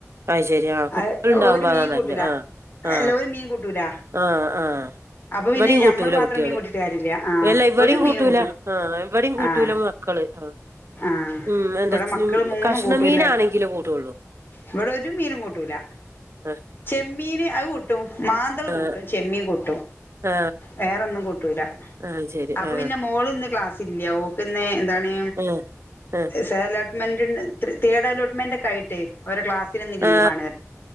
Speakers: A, on the right; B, on the left.
A: അത് ശരി ആ കുട്ടികളുണ്ടാവുമ്പോ
B: അത് ഓര് മീൻ
A: അതാ നല്ലത്
B: കൂട്ടൂല
A: ആ ആ
B: അല്ല ഓര് മീൻ കൂട്ടൂല
A: ആ ആ
B: അപ്പൊ പിന്നെ
A: ഇവിടെയും കൂട്ടൂല
B: ഞമ്മള് മാത്രം
A: കുട്ടികള്
B: മീൻ കൂട്ടിട്ട് കാര്യല്ല ആഹ്
A: എല്ല ഇവിടെയും
B: ഒരു മീനും
A: കൂട്ടൂല ആഇവിടെയും കൂട്ടൂല
B: ആഹ്
A: പക്കള് ആ
B: ആഹ്
A: ഉ എന്താ
B: ഇവിടെ മക്കള് മൂന്നും
A: കഷ്ണ
B: കൂട്ടൂല
A: മീനാണെങ്കില് കൂടുള്ളൂ
B: ഇവിടെ ഒരു മീനും കൂട്ടൂല
A: ആ
B: ചെമ്മീന് അത് കൂട്ടും മാ മാന്തൾ
A: ആ
B: കൂട്ടും ചെമ്മീൻ കൂട്ടും
A: ആ
B: വേറൊന്നും കൂട്ടൂല
A: ആ, ശരി
B: അപ്പൊ
A: ആ
B: പിന്നെ മോൾ ഇന്ന് ക്ലാസ് ഓക്കന്ന് എന്താണ്
A: ആ ആ
B: സല തേർഡ് അോട്ട്മെന്റ് ഒക്കെ ആയി ട്ട്ഓര ക്ലാസ്സിൽ ഇന്ന് ലീവാണ്
A: ആ